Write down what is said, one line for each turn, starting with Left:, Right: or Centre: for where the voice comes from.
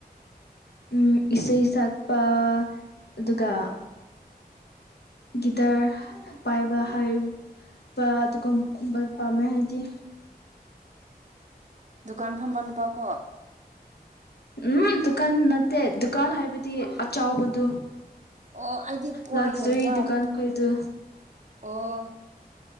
Left: ꯎ ꯏꯁꯩ ꯁꯛꯄ ꯑꯗꯨꯒ ꯒꯤꯇꯥꯔ ꯄꯥꯏꯕ ꯍꯥꯏꯕ ꯑꯗꯨꯒꯨꯝꯕ ꯄꯥꯝꯃꯦ ꯍꯥꯏꯗꯤ
Right: ꯗꯨꯀꯥꯟ ꯐꯝꯕ ꯅꯨꯄꯥ ꯀꯣ
Left: ꯎꯝ ꯗꯨꯀꯥꯟ ꯅꯠꯇꯦ ꯗꯨꯀꯥꯟ ꯍꯥꯏꯕꯗꯤ ꯑꯆꯥꯎꯕꯗꯨ
Right: ꯑꯣ ꯑꯩꯗꯤ ꯀ꯭ꯋꯥ
Left: ꯂꯛꯖꯔꯤ
Right: ꯌꯣꯟꯕ
Left: ꯗꯨꯀꯥꯟ ꯈꯣꯏꯗꯨ
Right: ꯎꯝ ꯑꯣ